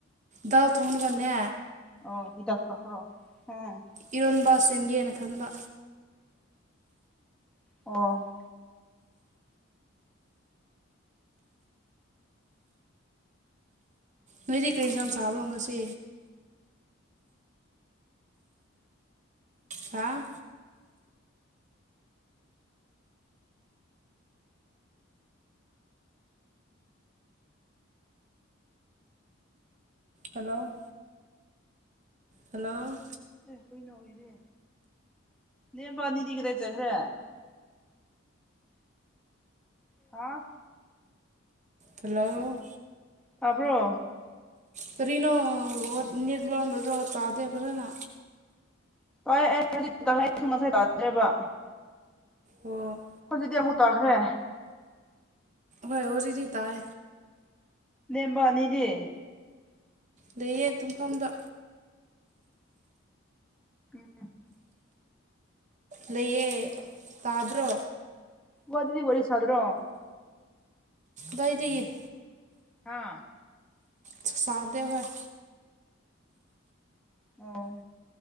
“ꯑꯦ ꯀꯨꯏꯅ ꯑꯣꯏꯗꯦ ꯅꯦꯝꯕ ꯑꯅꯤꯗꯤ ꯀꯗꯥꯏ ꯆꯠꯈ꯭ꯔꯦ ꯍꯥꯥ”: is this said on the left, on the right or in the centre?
Centre